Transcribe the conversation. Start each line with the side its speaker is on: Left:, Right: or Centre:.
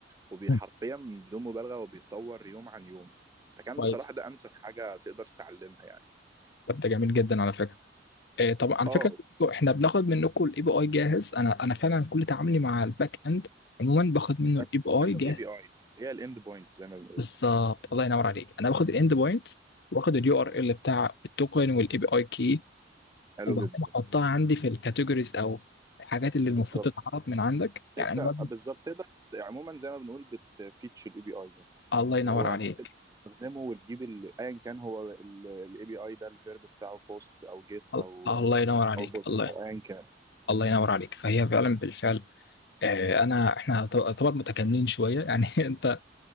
Right: وبيحرفيا
Left: مم.
Right: بدون مبالغة وبيتطور يوم عن يوم فكان
Left: كويس
Right: بصراحة ده انسب حاجة تقدر تتعلمها يعني
Left: طب ده جميل جدا على فكره آه، طب على
Right: اه
Left: فكره برضو احنا بناخد منكم الاي بي اي جاهز انا انا فعلا كل تعاملي مع الباك اند عموما باخد منه
Right: ده
Left: الاي
Right: بتاخد
Left: بي اي
Right: منه
Left: جاهز
Right: الاي بي اي هي الاند بوينت زي ما بنقول
Left: بالظبط الله ينور عليك انا باخد الاند بوينت واخد اليو ار ال بتاع التوكن والاي بي اي كي
Right: حلو
Left: وبعدين
Right: جدا
Left: احطها عندي في الكاتيجوريز او الحاجات اللي المفروض
Right: بالظبط
Left: تتعرض من عندك
Right: تبدا
Left: يعني انا بد-
Right: بالظبط تقدر تست- عموما زي ما بنقول بتفيتشر الاي بي اي ده
Left: الله ينور
Right: اللي هو
Left: عليك
Right: بتبدا تستخدمه وتجيب ال- ايا كان هو الاي بي اي ده الفيرب بتاعه بوست او جيت
Left: ال-
Right: او
Left: الله ينور عليك
Right: او بوت
Left: الله
Right: او ايا كان
Left: الله ينور عليك فهي فعلا بالفعل آه، انا احنا طبعا متكاملين شويه يعني <laughs> انت